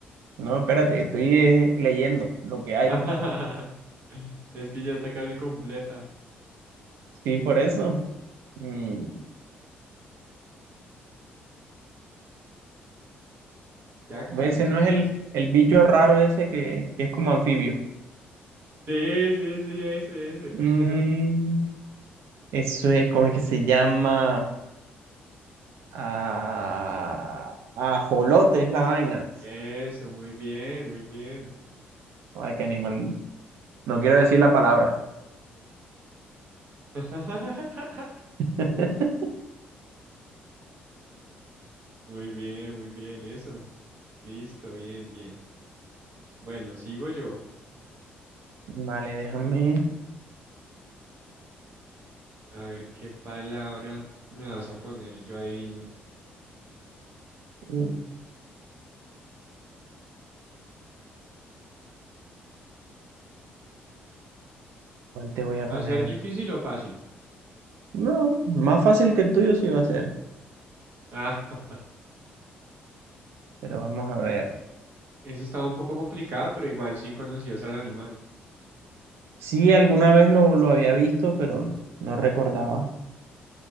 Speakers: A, on the right; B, on the right.
A: No, espérate, que estoy eh, leyendo lo que hay.
B: <laughs> Es que ya está casi completa.
A: Sí, por eso. Mm,
B: Ya casi,
A: Ese
B: ya
A: no es
B: casi.
A: el, el bicho raro ese que, que es como anfibio.
B: Sí, sí, sí, ese, ese.
A: Mm,
B: <laughs>
A: eso es, ¿cómo es que se llama? Ah, ajolote es la vaina.
B: Eso, muy bien, muy bien.
A: Ay, qué animal. No quiero decir la palabra.
B: <laughs>
A: <laughs>
B: Muy bien, muy bien, eso. Listo, bien, bien. Bueno, sigo yo.
A: Vale, déjame.
B: A ver qué palabra me vas a poner y yo adivino.
A: uh, ¿Cuál te voy a
B: ¿Va
A: poner?
B: a ser difícil o fácil?
A: No, más fácil que el tuyo sí va a ser.
B: Ah, <laughs>
A: Pero vamos a ver.
B: eso estaba un poco complicada, pero igual sí conocías al animal.
A: Sí, alguna vez lo, lo había visto, pero no recordaba.